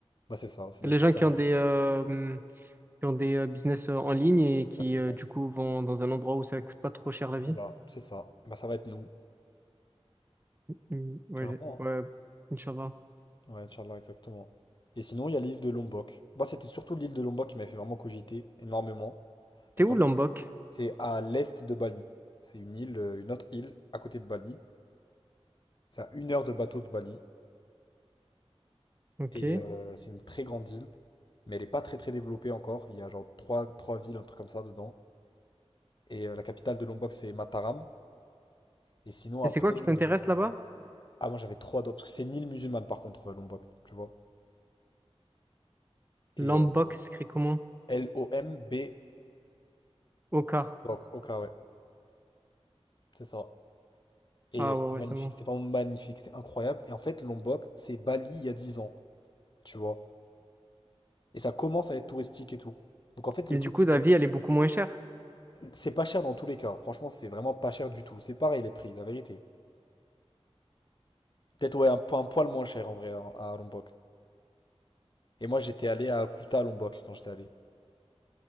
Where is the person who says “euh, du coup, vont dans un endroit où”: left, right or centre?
Right